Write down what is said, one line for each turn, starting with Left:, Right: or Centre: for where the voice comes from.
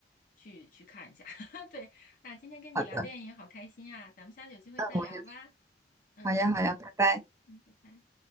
Left: 去去看一下。<laughs> 对，那今天跟你聊电影好开心啊，
Right: 好的，
Left: 咱们下次有机会再聊吧。
Right: 那我也
Left: 嗯
Right: 好呀好呀，拜拜。
Left: 嗯，拜拜。